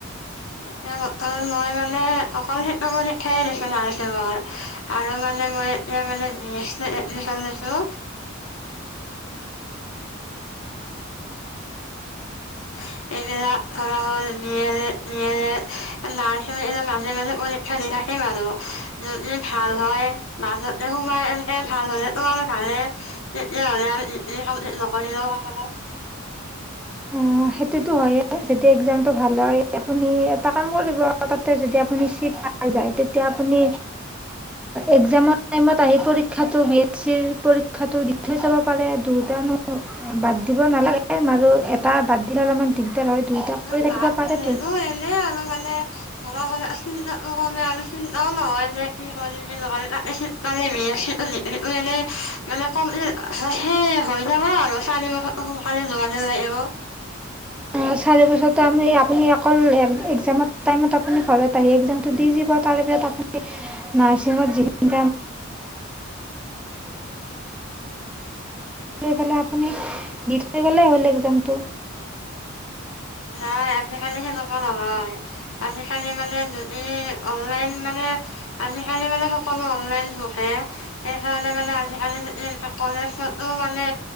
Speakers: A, on the left (about 70°); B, in the centre.
A: এয়া বৰ্তমান মই মানে অকল সেইটো পৰীক্ষাই দি লছো নাৰ্চিংৰ আৰু মানে মই এতিয়া মানে <unintelligible> লৈছোঁ। <unintelligible> এইবিলাক ধৰা হ'ল, বিয়েলেত-দিয়েলেত <unintelligible> মাজে-মাজে পৰীক্ষা দি থাকিম আৰু, যদি ভাল হয় মাজতে সোমাই এনেকে, ভাল হ'লেতো আৰু ভালে। তেতিয়া হ'লে আৰু ডিগ্ৰী কম্পিলত নকৰিলেও কথা নাই।
B: অ, সেইটোতো হয়েই, যদি এক্সামটো ভাল হয়, আপুনি এটা কাম কৰিব তাতে যদি আপুনি চিট পাই যায়, তেতিয়া আপুনি এক্সমৰ টাইমত আহি পৰীক্ষাটো বিএছ চিৰ পৰীক্ষাটো থৈ যাব পাৰে, দুয়টানো বাদ দিব নালাগে, আৰু এটা বাদ দিলে অলপমান দিগদাৰ হয়। দুয়োটা
A: <unintelligible>
B: কৰি থাকিব পাৰেতো
A: <unintelligible> <unintelligible> <unintelligible> সোনকালে যোৱাযেন লাগিব।
B: অ, চাৰি বছৰো আমি আপুনি অকল একজামৰ টাইমত আপুনি ঘৰত আহি এক্জামতটো দি দিব। তাৰে ভিতৰত আপুনি <unintelligible> গৈ পেলাই আপুনি দি থৈ গ'লেই হ'ল এক্জামটো।
A: নাই, আজিকালি সেনেকুৱা নহয়। আজিকালি মানে যদি অনলাইন মানে আজিকালি মানে সকলো অনলাইন <unintelligible> সেইকাৰণে মানে আজিকালি <unintelligible> কলেজতো মানে